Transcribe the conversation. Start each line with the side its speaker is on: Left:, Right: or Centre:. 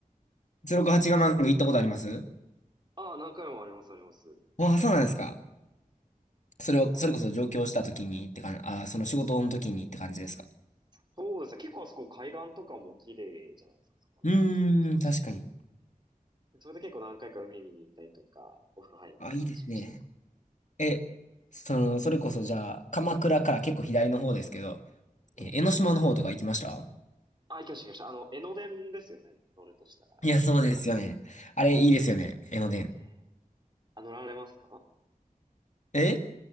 Left: 068ガマンが行ったことあります
Right: ああ、何回もあります、あります。
Left: ああ、そうなんですか。それを、
Right: か
Left: それこそ上京した時にって感じ、ああ、その仕事の時にって感じですか。
Right: そうですね。結構あそこ海岸とかも綺麗じゃないですか、そこの八幡宮ですし。
Left: うーん、確かに。
Right: それで結構何回か海見に行ったりとか、お風呂入りに行ったりとかしましたね。
Left: あ、いいですね。え、その、それこそじゃあ、鎌倉から結構左の方ですけど、
Right: ええ
Left: え、江ノ島の方とか行きました
Right: あ、行きました、行きました。あの、江ノ電ですよね。乗るとしたら。
Left: いや、そうですよね。あれ、いいですよね。江ノ電。
Right: ええあ、乗られますか
Left: え